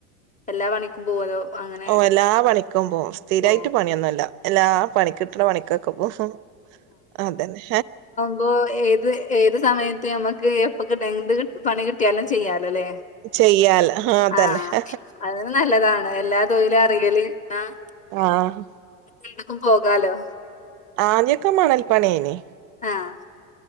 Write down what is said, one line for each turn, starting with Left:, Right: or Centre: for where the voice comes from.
Left: എല്ലാ പണിക്കും പോവൊ അതോ അങ്ങനെ
Right: ഓഹ് എല്ലാ പണിക്കും പോവും സ്ഥിരായിട്ട്
Left: പോവോ
Right: പണിയൊന്നുല്ല. എല്ലാ പണി കിട്ട്ണ പണിക്കൊക്കെ പോവും അതെന്നെ
Left: അപ്പോ ഏത് ഏത് സമയത്ത് നമുക്ക് എപ്പൊ കിട്ടു എന്ത് പണി കി ട്ട്യാലും ചെയ്യാലൊലേ?
Right: ചെയ്യാല അതന്നെ
Left: ആഹ് അതൊര് നല്ലതാണ് എല്ലാ തൊയിലു അറിയല് ആഹ്
Right: ആഹ്
Left: എന്ത്‌ക്കും പോകാലോ
Right: ആദ്യോക്കെ മണൽപ്പണ്യേനി
Left: ആഹ്